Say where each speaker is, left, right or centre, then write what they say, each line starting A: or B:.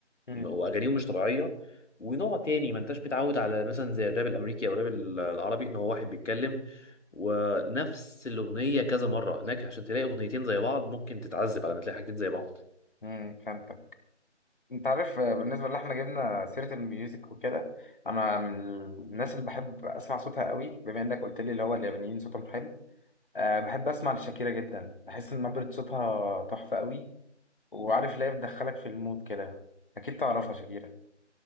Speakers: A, on the left (about 45°); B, on the left (about 80°).
A: امم
B: واغانيهم مش طبيعيه ونوع تاني ما انتش متعود على مثلا زي الراب الامريكي او الراب العربي ان هو واحد بيتكلم ونفس الاغنيه كذا مره هناك عشان تلاقي اغنيتين زي بعض ممكن تتعذب على ما تلاقي حاجتين زي بعض
A: امم فهمتك انت عارف آه، بالنسبه اللي احنا جبنا سيره الميوزك وكده انا من الناس اللي بحب اسمع صوتها قوي بما انك قلت لي اللي هو اليابانيين صوتهم حلو أه بحب اسمع لشاكيرا جدا بحس ان نبره صوتها تحفه قوي وعارف ليه بتدخلك في المود كده اكيد تعرفها شاكيرا